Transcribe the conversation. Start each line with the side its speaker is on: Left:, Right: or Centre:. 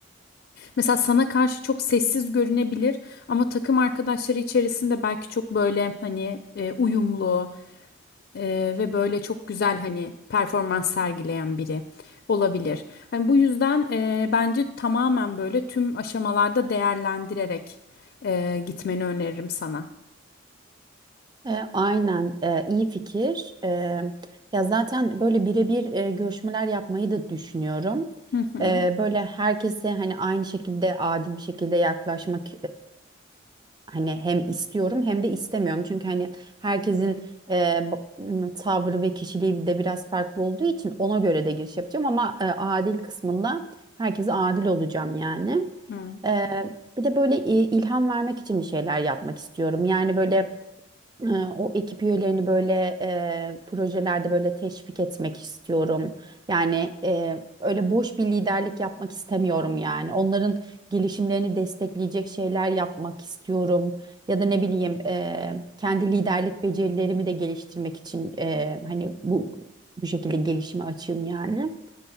Left: Mesela sana karşı çok sessiz görünebilir ama takım arkadaşları içerisinde belki çok böyle hani e, uyumlu e, ve böyle çok güzel hani performans sergileyen biri olabilir. Hani bu yüzden e, bence tamamen böyle tüm aşamalarda değerlendirerek e, gitmeni öneririm sana.
Right: E, aynen e, iyi fikir. E, ya zaten böyle birebir e, görüşmeler yapmayı da düşünüyorum.
Left: Hı hı.
Right: E, böyle herkese hani aynı şekilde adil bir şekilde yaklaşmak hani hem istiyorum hem de istemiyorum. Çünkü hani herkesin e, ba- m, tavrı ve kişiliği de biraz farklı olduğu için ona göre de giriş yapacağım ama e, adil kısmında herkese adil olacağım yani.
Left: Hı
Right: E, bir de böyle i- ilham vermek için bir şeyler yapmak istiyorum. Yani böyle ee, O ekip üyelerini böyle e, projelerde böyle teşvik etmek istiyorum. Yani e, öyle boş bir liderlik yapmak istemiyorum yani. Onların gelişimlerini destekleyecek şeyler yapmak istiyorum. Ya da ne bileyim e, kendi liderlik becerilerimi de geliştirmek için e, hani bu bu şekilde gelişime açığım yani.